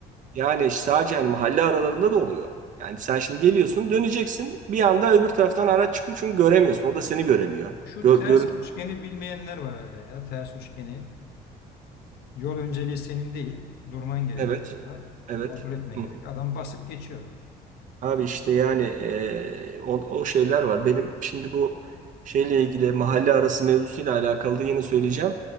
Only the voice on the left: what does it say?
Şu
ters
üçgeni bilmeyenler var hala ya. Ters üçgeni. Yol önceliği senin değil. Durman gerekiyor.
Kontrol etmen
gerekiyor. Adam basıp geçiyor.